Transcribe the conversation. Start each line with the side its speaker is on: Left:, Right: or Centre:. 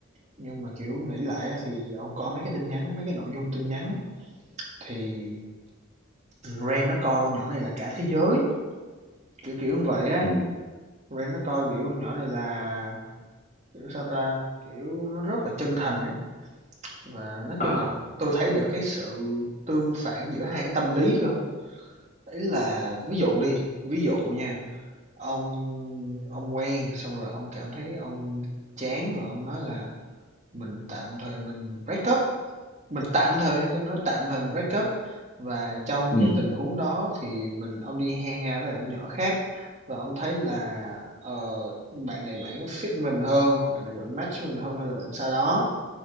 Right: nhưng mà, kiểu, nghĩ lại á thì ông có mấy cái tin nhắn á, mấy cái nội dung tin nhắn á, thì Ren nó coi con nhỏ này là cả thế giới, kiểu kiểu như vậy á.
Left: ừ,
Right: Ren nó coi, kiểu, con nhỏ này là, kiểu, sao ta, kiểu, nó rất là chân thành ấy. Và nói
Left: ờ,
Right: chung là tôi thấy được cái sự tương phản giữa hai cái tâm lý luôn. Ý là ví dụ đi, ví dụ nha, ông ông quen xong rồi ông cảm thấy ông chán rồi ông nói là mình tạm thời mình break up. Mình tạm thời nghe tôi nói tạm thời mình break up và trong
Left: ừ,
Right: cái tình huống đó thì mình ông đi hang ra với lại nhỏ khác và ông thấy là, ờ, bạn này bạn fit với mình hơn, bạn này bạn match với mình hơn hay là bạn sao đó.